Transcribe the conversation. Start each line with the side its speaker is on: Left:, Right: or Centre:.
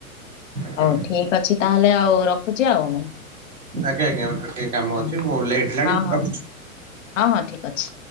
Right: ଆଜ୍ଞା
Left: ହଉ ଠିକ୍ ଅଛି ତାହେଲେ ଆଉ ରଖୁଚି ଆଉ।
Right: ଆଜ୍ଞା ଆଜ୍ଞା ଓଠ ଟିକେ କାମ
Left: ହୁଁ
Right: ଅଛି ମୁଁ ଲେଟ୍ ହେଲାଣି
Left: ହଁ ହଁ
Right: ରଖୁଚି।
Left: ହଁ ହଁ ଠିକ୍ ଅଛି।